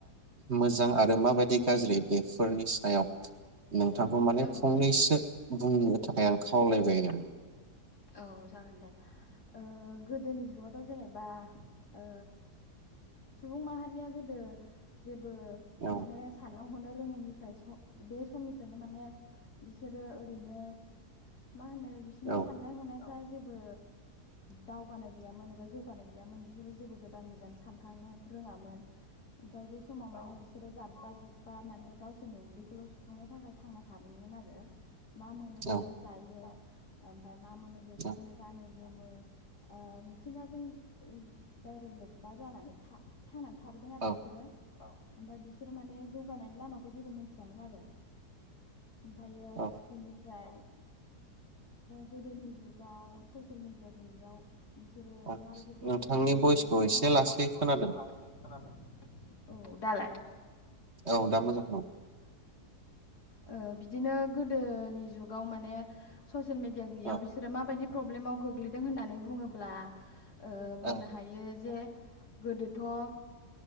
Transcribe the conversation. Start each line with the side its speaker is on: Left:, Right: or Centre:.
Right: मोजां आरो माबायदि गाज्रि बेफोरनि सायाव नोंथ बिथांखौ माने
Left: आं
Right: फंनैसो बुंनो थाखाय आं खावलायबाय आरो।
Left: औ जागोन दे। ओ गोदोनि जुगावथ' जेनेबा बा ओ सुबुं माहारिया गोदो जे बो
Right: औ
Left: माने साननो हनो <unintelligible> रोङैनिफ्राय बे समनि फ्रायनो माने बिसोरो ओरैनो मा होनो बिसोरनि
Right: औ
Left: साननाय-हनायफ्रा जेबो दावगानाय गैयामोन एबा जौगानाय गैयामोन बिसोरो जेबो गोदान गोदान सानखांनो रोङामोन। ओमफाय बे समाव माने बिसोरो जाब्बा जुब्बा माने गावसो जोंनि उन्दैखौल' सुफुंनो थाखाय थांना थाबोयोमोन आरो मा मोनो बेखौनो
Right: औ
Left: जायो। आ ओमफ्राय मा मोनो बेफोरखौनो
Right: औ
Left: गानो ओ मिथिंगाजों <unintelligible> इरेक्ट लोब्बा जानानै थानानै थाबोदों आरो
Right: औ
Left: बिसोरो औ ओमफ्राय बिसोरो माने जौगानायनि लामाखौ जेबो मोनथियामोन आरो। ओमफ्रायो
Right: औ
Left: बिनिफ्राय गोदोनि जुगाव ससियेल मेडिया गैयैयाव बिसोरो
Right: औ
Left: माबायदि प्रब्लेमाव
Right: नोंथांनि
Left: गोग्लैयोमोन
Right: भइसखौ एसे
Left: नोंथांनि
Right: लासै
Left: भयसखौ
Right: खोनादों
Left: एसे लासै खोनादों औ दालाय?
Right: औ दा मोजां खोनाबाय।
Left: ओ बिदिनो गोदोनि जुगाव माने ससियेल मिडिया गैययाव
Right: औ
Left: बिसोर माबायदि प्रब्लेमाव गोग्लैदों होननानै बुङोब्ला ओ बुंनो
Right: औ
Left: हायो जे गोदोथ' ओ